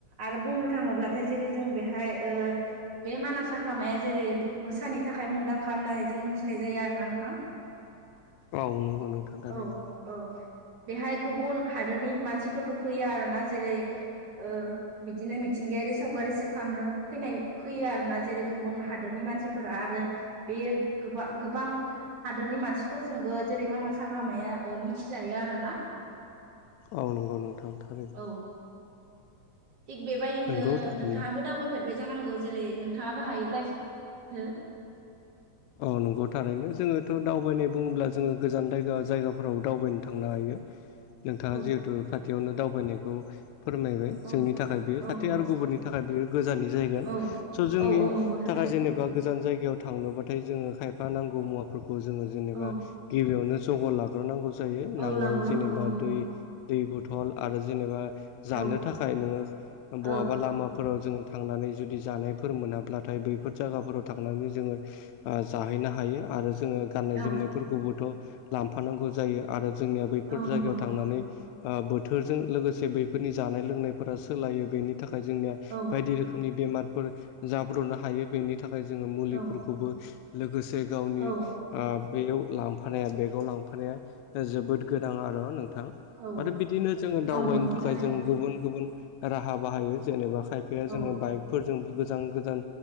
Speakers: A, on the right; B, on the left.
A: आरो बुंनो थाङोब्लाथाय जेरै जों बेहाय बे मानास हाग्रामाया जेरै मोसानि थाखाय मुंदांखा होननानै जों मिथिनाय जाया आरो ना नोंथां।
B: औ नंगौ नोंथां थारैनो
A: औ औ बेहाय गुबुन हादोरनि मानसिफोरबो फैयो आरोना जेरै ओ बिदिनो मिथिंगायारि सावगारि सेबखांनो फैनाय फैयो आरो ना। जेरै गुबुन हादोरनि मानसिफोरा आरो बेयो गोबां गोबां हादोरनि मानसिफोरजोंबो जेरै मानास हाग्रामाया मिथिजायो आरो ना।
B: औ नंगौ नोंथां थारैनो
A: औ थिग बेबायदिनो
B: नंगौ थारैनो
A: नोंथाङाबो दावबायफेरबाय जानांगौ जेरै नोंथाङाबो हायोब्ला एसे <unintelligible> हो
B: औ नंगौ थारैनो जोङोथ' दावबायनाय बुङोब्ला जोङो गोजान जायगा जायगाफोराव दावबायनो थांनो हायो। नोंथाङा
A: औ
B: जिहेतु खाथियावनो दावबायनायखौ फोरमायबाय
A: औ
B: जोंनि थाखाय बेयो
A: औ
B: खाथि
A: नंगौ
B: आरो गुबुननि थाखाय बेयो गोजाननि जागोन
A: औ
B: स' जोंनि
A: औ औ नंगौ थारैनो
B: थाखाय जेनेबा गोजान जायगायाव थांनोबा थाय जोङो खायफा नांगौ मुवाफोरखौ जोङो जेनेबा
A: औ
B: गिबियावनो जगार लाग्रोनांगौ जायो नांनाय
A: औ लागलांगौ
B: जेनेबा
A: औ नंगौ
B: दै
A: नंगौ
B: दै बथल आरो जेनेबा जानो
A: औ
B: थाखाय नोङो
A: औ
B: बहाबा लामा फोराव जों थांनानै जुदि जानायफोर मोनाब्लाथाय बैफोर जायगाफोराव थांनानै जोङो ओ जाहैनो हायो आरो जोङो गाननाय
A: औ
B: जोमनायफोरखौबोथ' लांफानांगौ जायो। आरो जोंनिया बैफोर
A: औ
B: जायगायाव
A: नंगौ नंगौ
B: थांनानै ओ बोथोरजों लोगोसे बैफोरनि जानाय लोंनायफोरा सोलायो बेनि थाखाय जोंनिया
A: औ
B: बायदि रोखोमनि बेमारफोर जाब्र'नो हायो बेनि थाखाय जोङो मुलिफोरखौबो
A: औ
B: लोगोसे गावनि
A: औ
B: ओ बेयाव लांफानाया बेगाव लांफानाया जोबोद गोनां आरो नोंथां
A: औ
B: आरो बिदिनो जोङो दावबायनो
A: औ नंगौ नंगौ
B: थाखाय
A: थारैनो
B: जों गुबुन- गुबुन राहा बाहायो जेनेबा खायफाया
A: औ
B: जोङो बाइकफोरजोंबो गोजान- गोजान